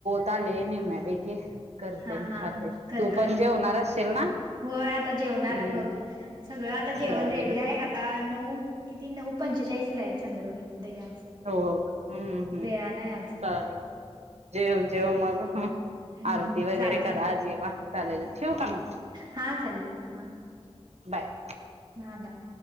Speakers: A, on the right (about 75°); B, on the right (about 40°).
A: झाले निम्म्यापैकी, करते
B: हा
A: अनं
B: हा
A: खाते.
B: कर
A: तू
B: कर
A: पण जेवणार अशील ना?
B: होय, आता जेवणार
A: हम्म
B: बघ. सगळं आता जेवण
A: चालेल
B: रेडी हाय आता नऊ किती? नऊ पंचेचाळीसला हाय चंद्र उदय आज,
A: हो हम्म हम्म
B: वेळान आय आज
A: चालेल. जेव जेव मग हं
B: हम्म
A: आरती वगैरे
B: चालते
A: करा. जेवा, चालेल. ठेवु का म?
B: हा चालेल हा
A: बाय.
B: हा, बाय.